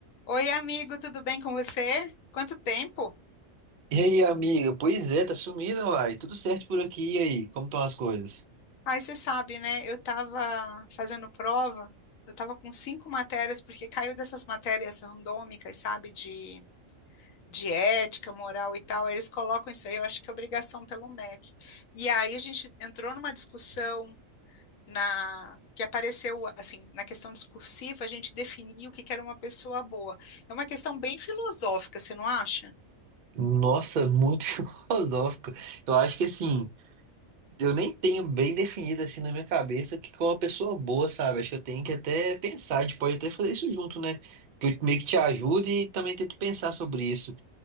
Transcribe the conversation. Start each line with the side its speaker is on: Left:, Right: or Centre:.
Left: Oi, amigo, tudo bem com você? Quanto tempo?
Right: E aí, amiga? Pois é, tá sumindo, uai. Tudo certo por aqui, e aí? Como estão as coisas?
Left: Aí você sabe, né? Eu estava fazendo prova, eu estava com cinco matérias, porque caiu dessas matérias randômicas, sabe? De, de ética, moral e tal. Aí Eles colocam isso aí, eu acho que é obrigação pelo MEC. E aí a gente entrou numa discussão na que apareceu, assim, na questão discursiva, a gente definiu o que que era uma pessoa boa. É uma questão bem filosófica, você não acha?
Right: Nossa, muito <laughs> filosófico. Eu acho que assim, eu nem tenho bem definido assim na minha cabeça o que que é uma pessoa boa, sabe? Acho que eu tenho que até pensar, a gente pode até fazer isso junto, né? Que eu meio que te ajude e também tento pensar sobre isso.